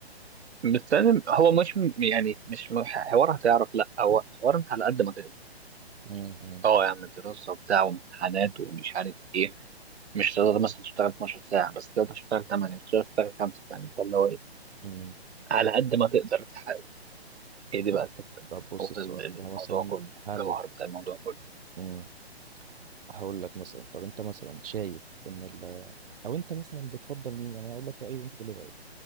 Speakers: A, on the right (about 80°); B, on the right (about 60°).
A: بس لازم هو مش م- يعني مش م- حوار هتعرف لا هو حوار انت على قد ما تقدر
B: امم
A: اه يا عم دراسة وبتاع وامتحانات ومش عارف ايه مش تقدر مثلا تشتغل 12 ساعة بس تقدر تشتغل 8 مش تقدر تشتغل 5 فاهم انت اللي هو ايه
B: امم
A: على قد ما تقدر تحاول هي دي بقى
B: طب
A: الفكرة
B: طب بص
A: هو
B: السؤال
A: ده ال- ال-
B: ده
A: الموضوع
B: مثلا
A: كله
B: هل
A: الجوهر بتاع الموضوع كله
B: امم هقول لك مثلا طب انت مثلا شايف ان ال... او انت مثلا بتفضل مين يعني أنا هقول لك رأيي وانت تقول لي رأيك